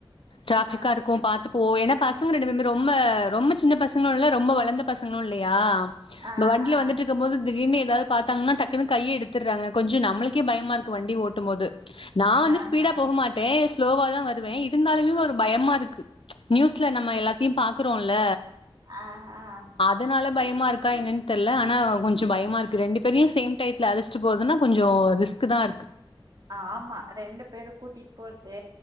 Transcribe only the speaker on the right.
ஆ
ஆஹா
ஆஹா
அ அ
ஆமா ரெண்டு பேரு கூட்டிட்டு போற்து